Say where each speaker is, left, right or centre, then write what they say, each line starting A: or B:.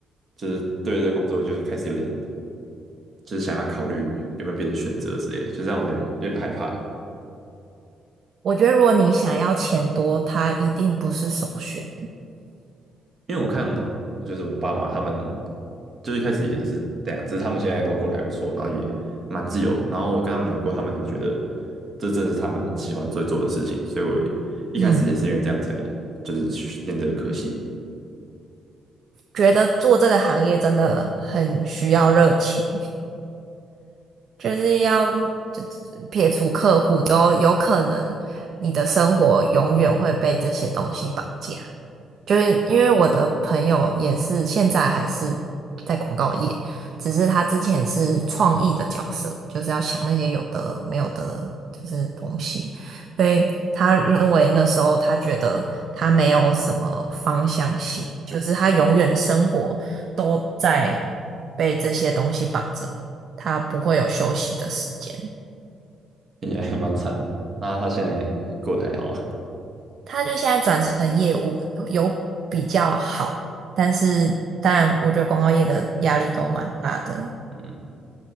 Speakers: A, on the right (about 45°); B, on the right (about 60°).
A: 就是对这个工作就是开始有点就是想要考虑有没有别的选择之类的就让我有点有点害怕。
B: 我觉得如果你想要钱多，他一定不是首选。
A: 因为我看就是我爸妈他们，就一开始也是这样，只是他们现在都过得还不错，然后也蛮自由。然后我跟他们聊过，他们也觉得这正是他们喜欢最做的事情，所以我也一开始也是因为这样才就是去念这个科系。
B: 嗯，觉得做这个行业真的很需要热情。就是要就撇除客户之后，有可能你的生活永远会被这些东西绑架。就是因为我的朋友也是现在还是在广告业，只是他之前是创意的角色，就是要想那些有的没有的，就是东西。所以他认为那时候他觉得他没有什么方向性，就是他永远生活都在被这些东西绑着，他不会有休息的时间。
A: 听起来还蛮惨的。那他现在过得还好啊？
B: 他就现在转成业务，有比较好，但是当然，我觉得广告业的压力都蛮大的，
A: <laughs> 嗯，